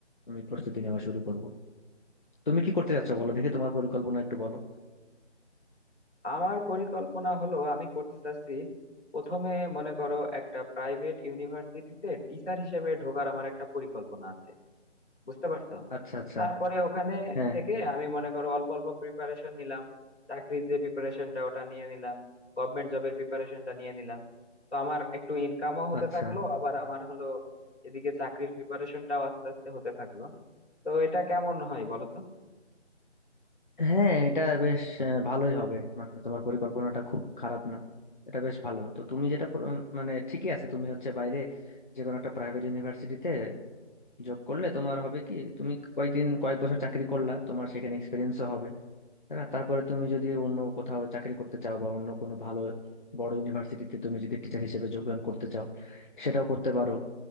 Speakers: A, on the left; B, on the left.
A: আমি প্রস্তুতি নেওয়া শুরু করব তুমি কি করতে যাচ্ছ বলো দেখি তোমার পরিকল্পনা একটু বলো
B: আমার পরিকল্পনা হলো আমি করতে চাচ্ছি প্রথমে মনে করো একটা প্রাইভেট ইউনিভার্সিটিতে টিচার হিসেবে ঢোকার আমার একটা পরিকল্পনা আছে বুঝতে পারছো
A: আচ্ছা আচ্ছা
B: তারপরে ওখানে
A: হ্যাঁ
B: থেকে আমি মনে করো অল্প অল্প প্রিপারেশন নিলাম চাকরির যে প্রিপারেশনটা ওটা নিয়ে নিলাম গভর্নমেন্ট জবের প্রিপারেশনটা নিয়ে নিলাম তো আমার একটু ইনকামও হতে
A: আচ্ছা
B: থাকলো আবার আমার হলো এদিকে চাকরির প্রিপারেশনটাও আস্তে আস্তে হতে থাকলো তো এটা কেমন হয় বলো তো
A: হ্যাঁ এটা বেশ আহ, ভালোই হবে মানে তোমার পরিকল্পনাটা খুব খারাপ না এটা বেশ ভালো তো তুমি যেটা কর- মানে ঠিকই আছে তুমি হচ্ছে বাইরে যে কোনো একটা প্রাইভেট ইউনিভার্সিটিতে জব করলে তোমার হবে কি তুমি কয়েকদিন কয়েক বছর চাকরি করলা তোমার সেখানে এক্সপিরিয়েন্সও হবে তাই না তারপরে তুমি যদি অন্য কোথাও চাকরি করতে চাও বা অন্য কোনো ভালো বড় ইউনিভার্সিটিতে তুমি যদি টিচার হিসেবে যোগদান করতে চাও সেটাও করতে পারো